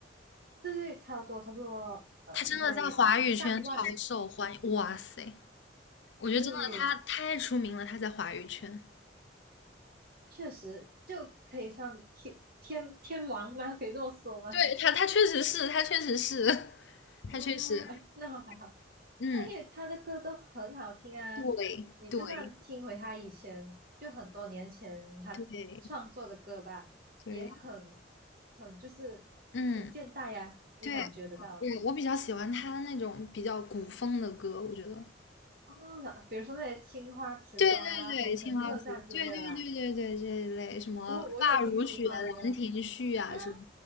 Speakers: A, on the right; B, on the left.
A: 对对，差不多差不多，呃，
B: 他真的在华语圈超受欢迎，
A: 应该上万场，
B: 哇塞，我觉得真的他太出名了，
A: 对，
B: 他在华语圈，
A: 确实就可以算天天天王吗？可以这么说吗？
B: 对他，他确实是，他确实是，<laughs>
A: 哦，
B: 他确实
A: 哎，那还好，
B: <laughs>，嗯，
A: 那因为他的歌都很好听啊，
B: 对对
A: 你就算听回他以前就很多年前他创作的歌吧，
B: 对对，
A: 也很很就是很现代呀、
B: 嗯，
A: 你感觉得到啊。
B: 对，我我比较喜欢他那种比较古风的歌，我觉得
A: 哦，那比如说那些《青花瓷》呀、
B: 对对对，
A: 《红尘客栈》之类的吧，
B: 青花瓷，对对对对对，这一类什么发如雪、
A: 我我也挺喜欢的
B: 兰亭序啊这种，
A: 啊，